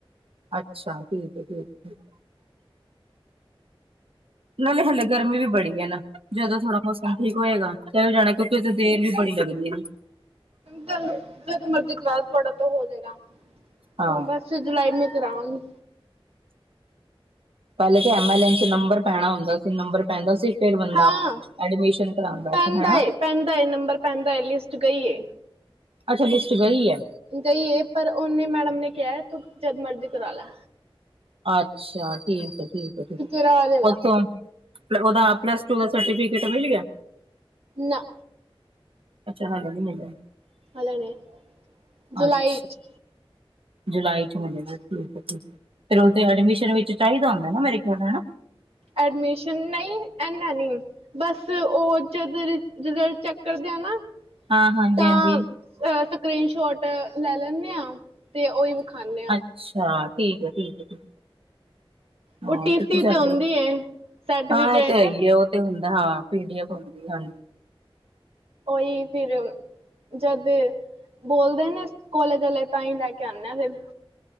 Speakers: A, on the right; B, on the right.
A: ਅੱਛਾ, ਠੀਕ ਠੀਕ ਹੈ ਠੀਕ ਨਾਲੇ ਹਲੇ ਗਰਮੀ ਵੀ ਬੜੀ ਹੈ ਨਾ, ਜਦੋਂ ਥੋੜਾ ਮੋਸਮ ਠੀਕ ਹੋਏਗਾ ਚੱਲ ਜਾਣਾ, ਕਿਉਂਕਿ ਉੱਥੇ ਦੇਰ ਵੀ ਬੜੀ ਲੱਗਦੀ ਨਾ
B: ਤੁਹਾਨੂੰ- ਜਦ ਮਰਜ਼ੀ ਕਰਾ ਤੁਹਾਡਾ ਤਾਂ ਹੋ ਜਾਏਗਾ,
A: ਹਾਂ
B: ਹ ਬਸ ਜੁਲਾਈ ਮੈਂ ਕਰਾਵਾਂਗੀ
A: ਪਹਿਲੇ ਤੇ ਐਮ ਐਲ ਨ ਚ ਨੰਬਰ ਪੈਣਾ ਹੁੰਦਾ ਸੀ ਨੰਬਰ ਪੈਂਦਾ ਸੀ ਫਿਰ ਬੰਦਾ
B: ਹਾਂ
A: ਐਡਮਿਸ਼ਨ ਕਰਉਂਦਾ
B: ਪੈਂਦਾ
A: ਸੀ, ਹਨਾ
B: ਹੈ ਪੈਂਦਾ ਏ ਨੰਬਰ ਪੈਂਦਾ ਏ ਲਿਸਟ ਗਈ ਏ
A: ਅੱਛਾ, ਲਿਸਟ ਗੀ ਹੈ
B: ਗਈ ਏ, ਪਰ ਉਨੇ ਮੈਡਮ ਨੇ ਕਿਹਾ ਤੂੰ ਜਦ ਮਰਜ਼ੀ ਕਰਾ ਲੈ।
A: ਆਛਾ, ਠੀਕ ਐ, ਠੀਕ ਐ ਠੀਕ,
B: ਕਿ ਤੇਰਾ ਆ ਜਾਏਗਾ
A: ਪਤਾ ਓਦਾ ਆਪਣਾ ਪਲੱਸ ਟੂ ਦਾ ਸਰਟੀਫਿਕੇਟ ਮਿਲ ਗਿਆ?
B: ਨਾ।
A: ਅੱਛਾ, ਹਲੇ ਨੀ ਮਿਲਿਆ।
B: ਹਲੇ ਣੇ, ਜੁਲਾਈ
A: ਅੱਛਾ
B: ਚ।
A: ਜੁਲਾਈ ਚ ਮਿਲੇਗਾ ਠੀਕ ਐ, ਠੀਕ ਐ, ਫਿਰ ਉਦੇ ਐਡਮਿਸ਼ਨ ਵਿੱਚ ਚਾਹੀਦਾ ਹੁੰਦਾ ਨਾ ਮੇਰੇ ਖਿਆਲ ਹਨਾ।
B: ਐਡਮਿਸ਼ਨ ਨਈ ਏਨ ਅ ਨੀ। ਬਸ, ਉਹ ਜਦ ਰਿਜਲਟ ਚੈੱਕ ਕਰਦੇ ਆ ਨਾ।
A: ਹਾਂ ਹਾਂਜੀ
B: ਤਾਂ,
A: ਹਾਂਜੀ
B: ਅ ਸਕਰੀਨ ਸ਼ੋਟ ਲੈ ਲੈਂਨੇ ਆ। ਤੇ ਉਹੀ ਵਖਾਨੇ ਆ।
A: ਅੱਛਾ। ਠੀਕ ਏ, ਠੀਕ ਏ, ਠੀਕ। ਹਾਂ।
B: ਉਹ ਟੀਸੀ
A: ਤੁ ਸਾਡੇ,
B: ਤੇ ਹੁੰਦੀ ਏ ਸਰਟੀਫਿਕੇਟ
A: ਹਾਂ ਇਹ ਤੇ ਹੈ ਹੀ ਆ। ਹੁੰਣ ਤਾ ਹਾਂ, ਪੀ ਡੀ ਐਫ ਹੁੰਦੀ ਹਾਂਜੀ।
B: ਓਹੀ ਫਿਰ, ਜਦ ਬੋਲਦੇ ਨੇ ਕੋਲੇ ਗਲੇ। ਤਾਂ ਹੀ ਲੈ ਕੇ ਆਨੇ ਆ ਫਿਰ,